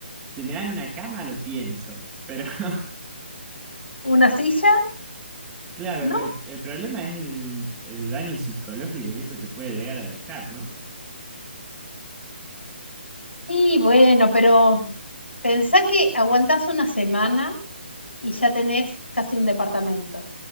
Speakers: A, on the right; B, on the left.
A: si me dan una cama lo pienso, pero <laughs>
B: una silla,
A: claro,
B: no
A: pe- el problema es el, el daño psicológico que eso te puede llegar a dejar, ¿no?
B: Y bueno, pero pensá que aguantás una semana y ya tenés casi un departamento.